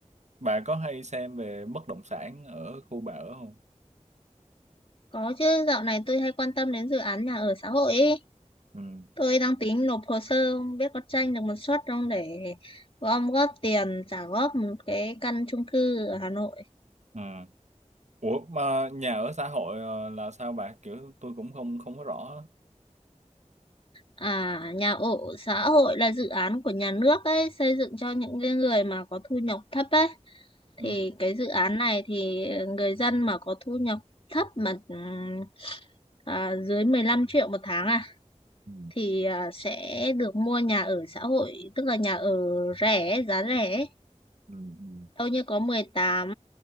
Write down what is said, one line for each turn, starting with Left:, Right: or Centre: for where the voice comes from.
Right: Bà có hay xem về bất động sản ở khu bà ở không?
Left: Có chứ dạo này tôi hay quan tâm đến dự án nhà ở xã hội ý.
Right: Ừ.
Left: Tôi đang tính nộp hồ sơ không biết có tranh được một suất không để gom góp tiền trả góp một cái căn chung cư ở Hà Nội.
Right: Ừ. Ủa mà nhà ở xã hội ờ, là sao bà? Kiểu tôi cũng không không có rõ. á.
Left: À nhà ở xã hội là dự án của nhà nước ấy xây dựng cho những cái người mà có thu nhập thấp ấy. Thì
Right: Ừ.
Left: cái dự án này thì người dân mà có thu nhập thấp mà ừm, à, dưới 15 triệu một tháng à,
Right: ừ,
Left: thì à, sẽ được mua nhà ở xã hội tức là nhà ở rẻ giá rẻ ấy.
Right: ừ, ừ,
Left: đâu như có mười tám